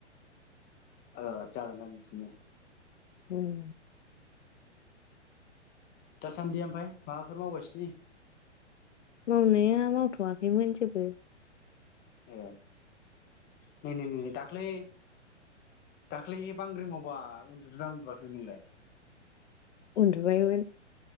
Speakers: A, on the left; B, on the left.
A: ओ जागोन दां बिदिनो।
B: उम
A: दासान्दि ओमफाय माबाफोर मावगासिनो?
B: मावनाया मावथ'वाखैमोन जेबो।
A: ए नैै नै नै नै दाख्लै दाख्लै बांग्रि मावबा उन्दुदोना उन्दुाखैमोन नोंलाय?
B: उन्दुबायमोन।